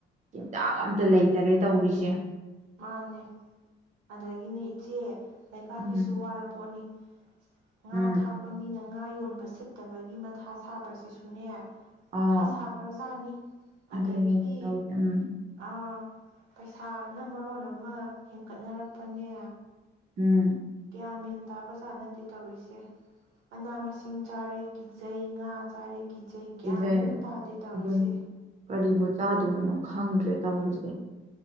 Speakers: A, on the right; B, on the right.
A: ꯆꯤꯟꯖꯥꯛ ꯑꯝꯇ ꯂꯩꯇꯔꯦ ꯇꯧꯔꯤꯁꯦ
B: ꯃꯥꯅꯦ ꯑꯗꯒꯤꯅꯦ ꯏꯆꯦ ꯂꯩꯕꯥꯛꯀꯤꯁꯨ
A: ꯎꯝ
B: ꯋꯥꯔ ꯄꯣꯠꯅꯤ <unintelligible> ꯉꯥ
A: ꯎꯝ
B: ꯊꯥꯛꯄ ꯃꯤꯅ ꯉꯥ ꯌꯣꯟꯕ ꯁꯤꯠꯇꯕꯒꯤ ꯃꯊꯥ ꯁꯥꯕꯁꯤꯁꯨꯅꯦ
A: ꯑꯥꯎ
B: ꯃꯊꯥ ꯁꯥꯈ꯭ꯔꯖꯥꯠꯅꯤ
A: ꯑꯗꯨꯅꯤ
B: ꯑꯗꯒꯤ
A: ꯇꯧꯔꯤꯁꯦ ꯎꯝ
B: ꯑ ꯄꯩꯁꯥ <unintelligible> ꯃꯔꯣꯟ ꯑꯃ ꯍꯦꯟꯀꯠꯅꯔꯛꯄꯅꯦ
A: ꯎꯝ
B: ꯒ꯭ꯌꯥꯟ ꯃꯦꯟ ꯇꯥꯕ ꯖꯥꯠ ꯅꯠꯇꯦ ꯇꯧꯔꯤꯁꯦ ꯃꯅꯥ ꯃꯁꯤꯡ ꯆꯥꯔꯦ ꯀꯤꯖꯩ ꯉꯥ ꯆꯥꯔꯦ ꯀꯤ ꯏꯆꯦ ꯒ꯭ꯌꯥꯟ
A: ꯀꯤꯖꯩ
B: ꯃꯦꯟ ꯑꯃ ꯇꯥꯗꯦ ꯇꯧꯔꯤꯁꯦ꯫
A: ꯑꯗꯨꯅꯤ ꯀꯔꯤꯕꯨ ꯆꯥꯗꯣꯕꯅꯣ ꯈꯪꯗ꯭ꯔꯦ ꯇꯧꯔꯤꯁꯦ꯫